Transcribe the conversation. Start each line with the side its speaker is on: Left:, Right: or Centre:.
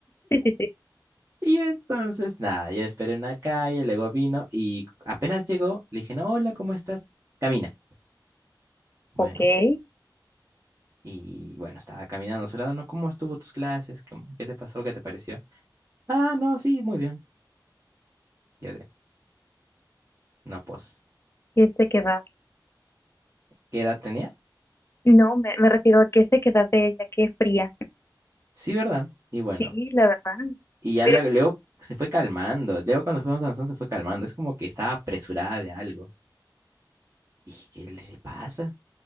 Left: Sí, sí, sí.
Right: Y entonces, nada, yo esperé en una calle, luego vino y apenas llegó, le dije, no, hola, ¿cómo estás? Camina. Bueno,
Left: Ok. ¿Qué
Right: Y bueno, estaba caminando a su lado, ¿no? ¿Cómo estuvo tus clases? ¿Cómo- ¿Qué te pasó? ¿Qué te pareció? Ah, no, sí, muy bien. Yo de, no, pues,
Left: sequedad?
Right: ¿qué edad tenía?
Left: No, me, me refiero a qué sequedad de ella, qué fría.
Right: Sí, ¿verdad? Y bueno,
Left: Sí, la verdad.
Right: y ya
Left: Pero,
Right: la- luego se fue calmando. Luego cuando fuimos avanzando se fue calmando. Es como que estaba apresurada de algo. Y dije, ¿qué le pasa?